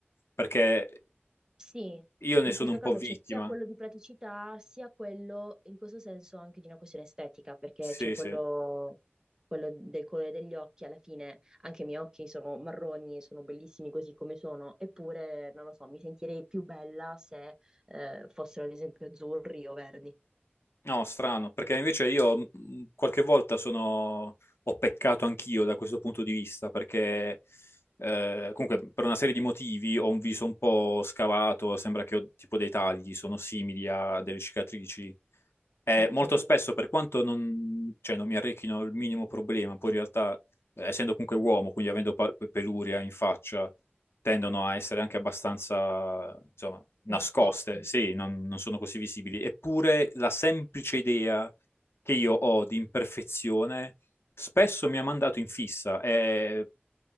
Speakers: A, on the left; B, on the right.
A: perché
B: Sì,
A: io
B: in
A: ne sono
B: questo
A: un
B: caso
A: po' vittima.
B: c'è sia quello di praticità, sia quello, in questo senso, anche di una questione estetica, perché
A: Sì,
B: c'è quello,
A: sì.
B: quello del colore degli occhi, alla fine anche i miei occhi sono marroni, sono bellissimi così come sono, eppure, non lo so, mi sentirei più bella se eh, fossero ad esempio azzurri o verdi.
A: No, strano, perché invece io mh, qualche volta sono... ho peccato anch'io da questo punto di vista, perché eh, comunque per una serie di motivi ho un viso un po' scavato, sembra che ho tipo dei tagli, sono simili a delle cicatrici Eh,
B: Ok,
A: molto spesso, per quanto non, cioè, non mi arricchino il minimo problema, poi in realtà, eh, essendo comunque uomo, quindi avendo pa- peluria in faccia, tendono a essere anche abbastanza, insomma, nascoste,
B: nascosti.
A: sì, non, non sono così visibili. Eppure la semplice idea che io ho di imperfezione spesso mi ha mandato in fissa e